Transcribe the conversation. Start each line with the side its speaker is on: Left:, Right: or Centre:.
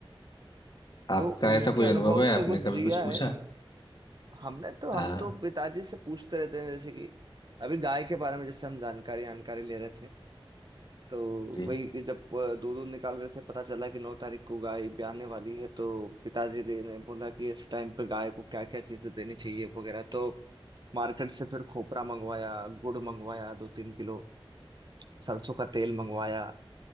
Left: आपका
Right: तो उनके
Left: ऐसा कोई
Right: अनुभव
Left: अनुभव है आपने
Right: से वो
Left: कभी
Right: जिया
Left: कुछ पूछा
Right: है हमने तो हम
Left: हाँ
Right: तो पिताजी से पूछते रहते हैं जैसे कि अभी गाय के बारे में जैसे हम जानकारी जानकारी ले रहे थे तो
Left: जी
Right: वही कि जब अ, दूध दूध निकाल रहे थे पता चला कि नौ तारीख को गाय ब्याने वाली है तो पिताजी दे- ने बोला कि इस टाइम पे गाय को क्या क्या चीजें देनी चाहिए वगैरह तो मार्केट से फिर खोपरा मंगवाया गुड़ मंगवाया दो तीन किलो सरसों का तेल मंगवाया